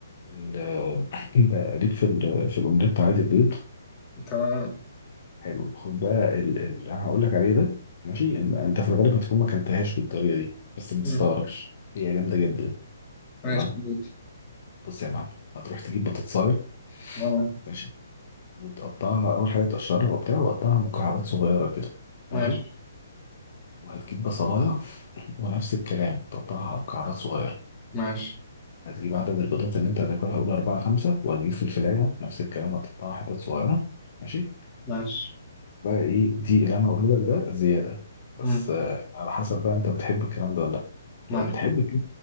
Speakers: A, on the left; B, on the left.
A: ال- <laughs> انت ليك في ال- في الاومليت عادي البيض
B: تمام
A: حلو خد بقى ال... ال... انا هقول لك عليه ده ماشي إن... انت في الغالب هتكون ما كلتهاش بالطريقه دي بس ما
B: مم.
A: تستغربش هي جامده جدا
B: ماشي
A: تمام
B: ماشي
A: بص يا معلم هتروح تجيب بطاطسايه
B: اه
A: ماشي وتقطعها اول حاجه تقشرها وبتاع وتقطعها مكعبات صغيره كده
B: ماشي
A: ماشي وهتجيب بصلايه <laughs> ونفس الكلام تقطعها على مكعبات صغيره
B: ماشي
A: هتجيب عدد البيضات اللي انت هتاكلها قول اربعه خمسه وهتجيب فلفلايه نفس الكلام هتقطعها حتت صغيره ماشي
B: ماشي
A: بقى ايه دي اللي انا هقوله لك ده زياده بس
B: مم.
A: آه، على حسب بقى انت بتحب الكلام ده ولا لا
B: ماشي
A: لو بتحب كده